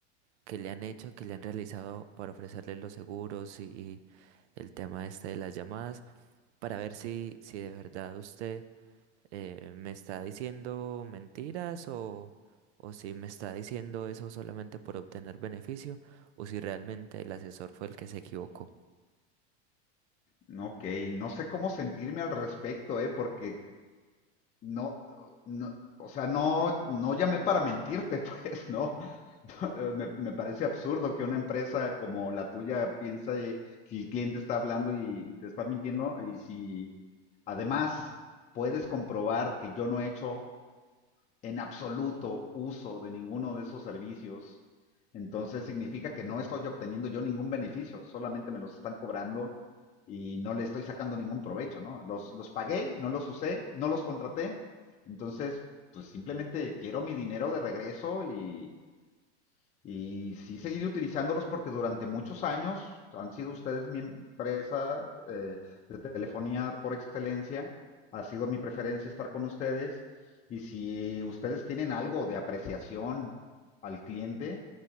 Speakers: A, on the right; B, on the left.
A: que le han hecho, que le han realizado para ofrecerle los seguros y, y el tema este de las llamadas, para ver si, si de verdad usted eh, ¿me está diciendo mentiras o, o si me está diciendo eso solamente por obtener beneficio o si realmente el asesor fue el que se equivocó?
B: No, Ok, no sé cómo sentirme al respecto, ¿eh? porque No, no, o sea, no, no llamé para mentirte, pues, ¿no? <laughs> Me, me parece absurdo que una empresa como la tuya piense que el cliente está hablando y, y te está mintiendo y si además puedes comprobar que yo no he hecho en absoluto uso de ninguno de esos servicios, entonces significa que no estoy obteniendo yo ningún beneficio, solamente me los están cobrando y no le estoy sacando ningún provecho, ¿no? Los, los pagué, no los usé, no los contraté, entonces pues simplemente quiero mi dinero de regreso y, y sí seguiré utilizándolos porque durante muchos años han sido ustedes mi empresa eh, de telefonía por excelencia. Ha sido mi preferencia estar con ustedes. Y si ustedes tienen algo de apreciación al cliente,